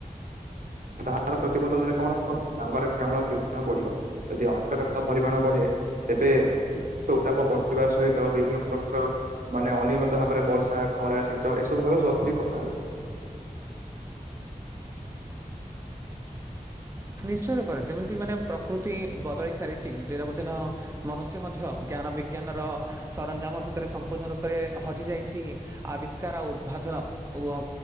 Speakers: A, on the right; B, on the right.
A: ତାହାର ପ୍ରତି ବଦଳରେ କଣ ହବ ଅଙ୍ଗାରକାମ୍ଳ ପରିମାଣ ବଢ଼ିବ ଯଦି ଅଙ୍ଗାରକାମ୍ଳର ପରିମାଣ ବଢ଼େ ତେବେ ଉତ୍ତାପ ବଢ଼ିବା ସହିତ ବିଭିନ୍ନ ପ୍ରକାର ମାନେ ଅନିୟମିତ ଭାବରେ ବର୍ଷା ଖରା ଶୀତ ଏସବୁ ହେବା ସ୍ୱାଭାବିକ କଥା ଆଉ।
B: ନିଶ୍ଚୟ ରୂପରେ ଯେମିତି ମାନେ ପ୍ରକୃତି ବଦଳି ସାରିଛି ଦିନକୁ ଦିନ ମନୁଷ୍ୟ ମଧ୍ୟ ଜ୍ଞାନ ବିଜ୍ଞାନର ସରଞ୍ଜାମ ଭିତରେ ସମ୍ପୂର୍ଣ୍ଣ ରୂପରେ ହଜିଯାଇଛି। ଆବିଷ୍କାର ଆଉ ଉଦ୍ଭାଦନ ଓ